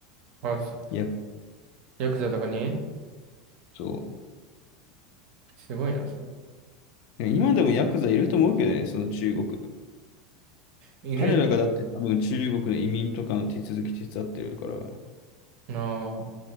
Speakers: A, on the right; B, on the left.
A: あ、す
B: いや、
A: ヤクザとかに
B: そ
A: すごいな、その。
B: う。今でもヤクザいると思うけどね、その中国。
A: いる
B: 彼らがだって多分中国の移民とかの手続き手伝ってるから。
A: な